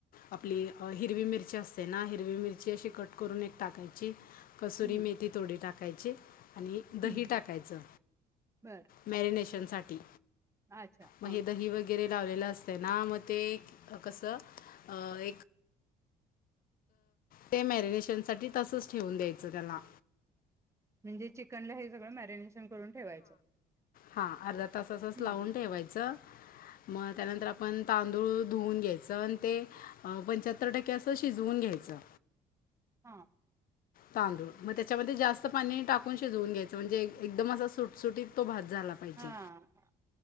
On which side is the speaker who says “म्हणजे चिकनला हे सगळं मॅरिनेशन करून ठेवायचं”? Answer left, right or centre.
Right